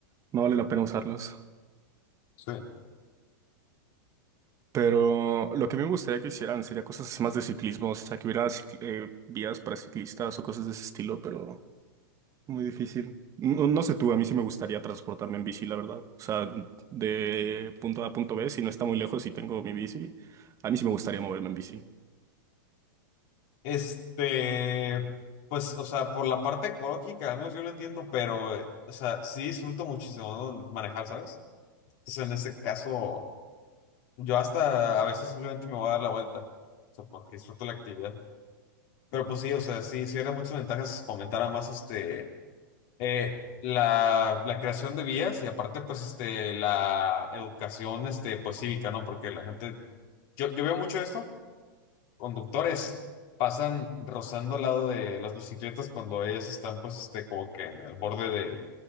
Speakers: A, on the right (about 30°); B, on the left (about 50°).
A: No vale la pena usarlos.
B: Sí.
A: Pero lo que me gustaría que hicieran sería cosas más de ciclismo, o sea, que hubiera cicl- eh, vías para ciclistas o cosas de ese estilo, pero... Muy difícil. No, no sé tú, a mí sí me gustaría transportarme en bici, la verdad. O sea, de punto A a punto B, si no está muy lejos y tengo mi bici, a mí sí me gustaría moverme en bici.
B: Este, pues, o sea, por la parte ecológica, al menos yo lo entiendo, pero, eh, o sea, sí disfruto muchísimo ¿no? manejar, ¿sabes? Entonces, en este caso, yo hasta a veces simplemente me voy a dar la vuelta, o sea, porque disfruto la actividad. Pero pues sí, o sea, sí, sí era muchas ventajas fomentar más, este, eh, la, la creación de vías y aparte, pues, este, la educación, este, pues, cívica, ¿no? Porque la gente, yo, yo veo mucho esto conductores pasan rozando al lado de las bicicletas cuando ellas están, pues, este, como que en el borde de,